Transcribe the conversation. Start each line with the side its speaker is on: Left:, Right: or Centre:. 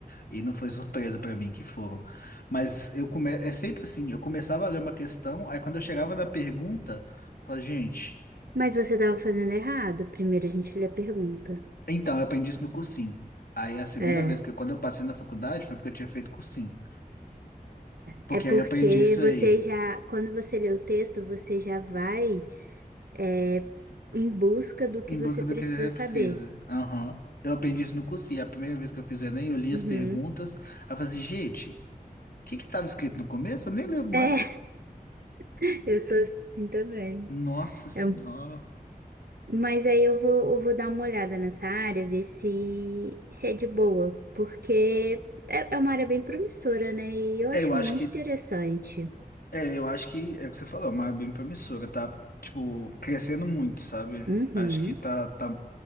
Left: E não foi surpresa pra mim que foram. Mas eu come... é sempre assim, eu começava a ler uma questão, aí quando eu chegava na pergunta, eu falava, gente,
Right: Mas você estava fazendo errado. Primeiro a gente lê a pergunta.
Left: então, eu aprendi isso no cursinho. Aí a segunda
Right: É,
Left: vez que eu, quando eu passei na faculdade foi porque eu tinha feito cursinho. Porque
Right: É, é porque
Left: aí eu aprendi isso
Right: você
Left: aí.
Right: já, quando você lê o texto, você já vai, é, em busca do que
Left: Em
Right: você
Left: busca
Right: precisa
Left: do que você
Right: saber.
Left: precisa. Aham. Eu aprendi isso no curso e a primeira vez que eu fiz o Enem, eu li as
Right: Uhum.
Left: perguntas. Aí eu falei assim, gente, o que que estava escrito no começo? Eu nem lembro mais.
Right: É, <laughs> eu sou assim também.
Left: Nossa Senhora.
Right: É um- mas aí eu vou, eu vou dar uma olhada nessa área, ver se, se é de boa, porque é, é uma área bem promissora, né? E eu
Left: É,
Right: acho
Left: eu acho
Right: muito
Left: que,
Right: interessante.
Left: é, eu acho que é o que você falou, é uma área bem promissora, tá, tipo, crescendo muito, sabe?
Right: Uhum.
Left: Acho que tá, tá